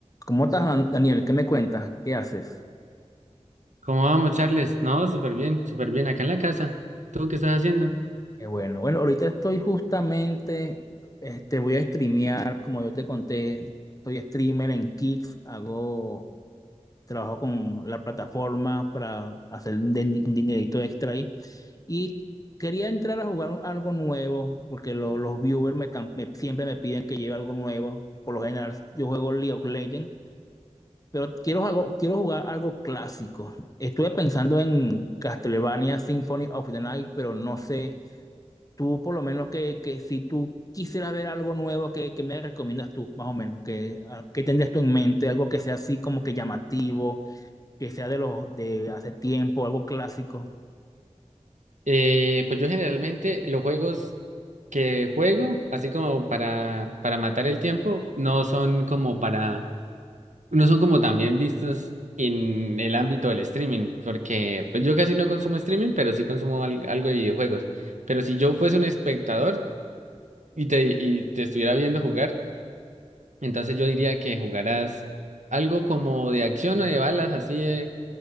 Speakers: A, on the left; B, on the right.
A: ¿Cómo estás, Dan- Daniel? ¿Qué me cuentas? ¿Qué haces?
B: ¿Cómo vamos, Charles? No, súper bien, súper bien. Acá en la casa. ¿Tú qué estás haciendo?
A: Qué bueno. Bueno, ahorita estoy justamente, este, voy a streamear, como yo te conté, soy streamer en Kicks, hago, trabajo con la plataforma para hacer un din- un dinerito extra ahí. Y quería entrar a jugar algo nuevo, porque lo- los viewers me, can- me- siempre me piden que lleve algo nuevo. Por lo general, yo juego League of Legends. Pero quiero, algo, quiero jugar algo clásico. Estuve pensando en Castlevania Symphony of the Night, pero no sé, tú por lo menos que, que si tú quisieras ver algo nuevo, ¿qué, qué me recomiendas tú, más o menos? ¿Qué, a- qué tendrías tú en mente? Algo que sea así como que llamativo, que sea de los de hace tiempo, algo clásico.
B: Eh, pues yo generalmente los juegos que juego, así como para, para matar el tiempo, no son como para, no son como tan bien vistos en el ámbito del streaming, porque pues yo casi no consumo streaming, pero sí consumo al- algo de videojuegos. Pero si yo fuese un espectador y te, y te estuviera viendo jugar, Entonces yo diría que jugaras algo como de acción o de balas, así de-